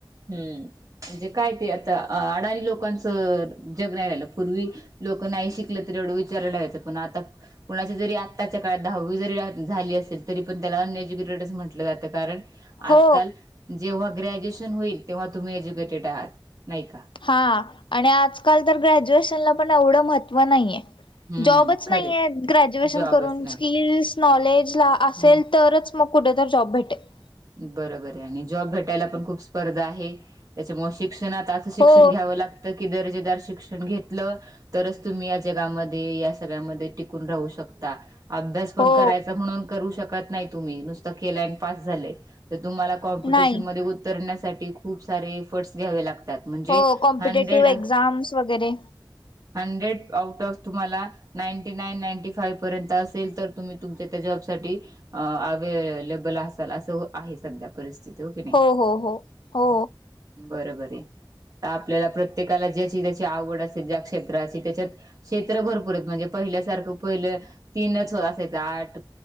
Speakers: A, on the right; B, on the left.
A: हम्म म्हणजे काय ते आता अडाणी लोकांचं जग नाही राहिलं. पूर्वी लोक नाही शिकलं तरी एवढं विचारल ठेवायचं, पण आता कुणाच्या जरी आत्ताच्या काळात दहावी जरी झाली असेल, तरी पण त्याला अनएज्युकेटेडचं म्हटलं जातं कारण
B: हो.
A: आजकाल जेव्हा ग्रॅज्युएशन होईल, तेव्हा तुम्ही एज्युकेटेड आहात नाही का.
B: हा आणि आजकाल तर ग्रॅज्युएशनला पण एवढं महत्त्व नाही आहे.
A: हम्म
B: जॉबच
A: खरे
B: नाहीय ग्रॅज्युएशन
A: जॉबच
B: करून
A: नाही
B: स्किल्स, नॉलेज असेल
A: हम्म
B: तरच मग कुठ तर जॉब भेटेल.
A: बरोबर आहे आणि जॉब भेटायला पण खूप स्पर्धा आहे. त्याच्यामुळे शिक्षणात शिक्षण
B: हो
A: घ्यावं लागतं, की दर्जेदार शिक्षण घेतलं तरच तुम्ही या जगामध्ये या सगळ्यामध्ये टिकून राहू शकता. अभ्यास पण
B: हो
A: करायचा म्हणून करू शकत नाही तुम्ही. नुसत केलं आणि पास झाले तर तुम्हाला कॉम्पिटिशनमध्ये
B: नाही.
A: उतरण्यासाठी खूप सारे एफर्ट्स घ्यावे लागतात. म्हणजे
B: हो कॉम्पिटेटिव्ह
A: हंड्रेड,
B: एक्झाम्स वगैरे
A: हंड्रेड आऊट ऑप तुम्हाला नाईंटी नाईन, नांटी फाईव्ह पर्यंत असेल तर तुम्ही तुमच्या त्या जॉबसाठी अ अवेलेबल असाल असं आहे सध्या परिस्थिती, होकी नाही
B: हो हो हो हो
A: बरोबर आहे. आपल्याला प्रत्येकाला ज्याची त्याची आवड असेल ज्या क्षेत्राची त्याच्यात क्षेत्र भरपूर आहेत म्हणजे पहिल्यासारख पहिलं तीनच असायच. आर्ट,